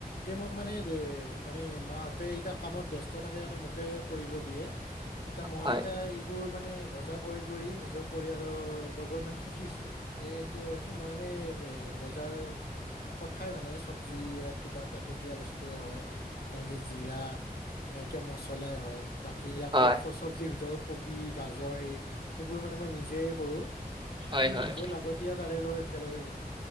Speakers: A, on the left; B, on the right.
A: তেওঁ মোক মানে এ মানে মাহ'তে এতিয়া কামত ব্যস্ত থাকে কাৰণে মোকে কৰিব দিয়ে। এতিয়া মই
B: হয়
A: এতিয়া এইবোৰ মানে, বজাৰ কৰি কৰি নিজৰ পৰিয়াল লগৰ লগত মানে শিকিছোঁ তে এতিয়া ভাবিছোঁ মই মানে এ বজাৰ পথাই মানে চবজী কিবা পেকটিয়া বস্তুৱেই হওঁক, যেনকে জিৰা বা কিবা মছলাই হওঁক বাকী আকৌ
B: হয়
A: চবজিৰ ভিতৰত কবি, গাজৰ এই সেইবোৰ মানে মই নিজে কৰোঁ। বাকী
B: হয় হয়
A: নিজৰ লাগতিয়া তাৰে লৈ একেলগে কিনো।